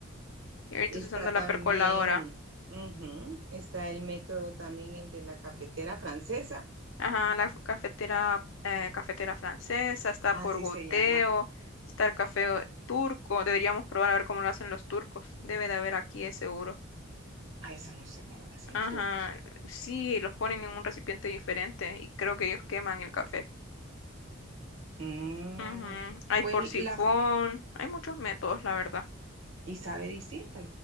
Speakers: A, on the left (about 65°); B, on the right (about 70°).
A: Y ahorita
B: Está
A: estoy usando la
B: también,
A: percoladora.
B: ujú, está el método también, el de la cafetera francesa,
A: Ajá, la f- cafetera, eh, cafetera francesa, está
B: así
A: por goteo,
B: se llama.
A: está el café turco. Deberíamos probar a ver cómo lo hacen los turcos. Debe de haber aquí, es seguro.
B: A esa no sé cómo la hacen
A: Ajá,
B: los turcos.
A: sí, los ponen en un recipiente diferente y creo que ellos queman el café.
B: Mm,
A: Ujú, Hay
B: pues
A: por sifón,
B: la, fo-
A: hay muchos métodos, la verdad.
B: y sabe distinto.